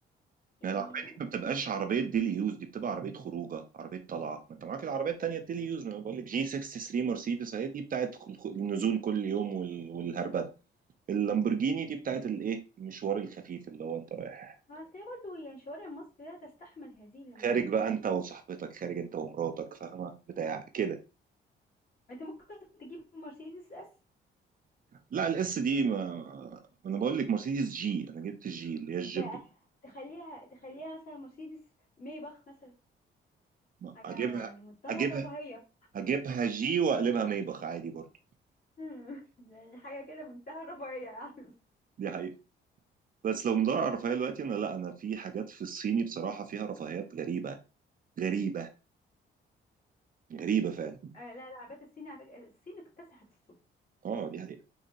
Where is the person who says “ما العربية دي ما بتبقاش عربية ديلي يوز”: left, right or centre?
Right